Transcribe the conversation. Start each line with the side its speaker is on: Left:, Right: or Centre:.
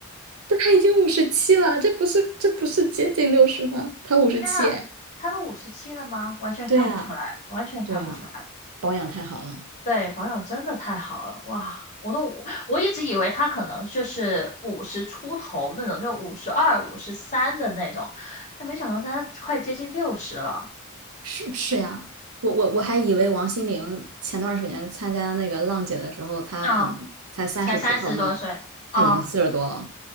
Right: 但他已经五十七了，这不是这不是接近六十吗？他五十七，
Left: 天啊，
Right: 哎，
Left: 她都五十七了吗？完全看不出来，
Right: 对呀，
Left: 完全看不出来。
Right: 对呀，保养太好了，
Left: 对，保养真的太好了，哇！我都我一直以为他可能就是五十出头那种，就五十二、五十三的那种，但没想到他快接近六十了，
Right: 是不是呀？我我我还以为王心凌前段时间参加那个浪姐的时候，她可能才三十出头呢，
Left: 啊，才三十多岁啊！
Right: 她已经四十多了。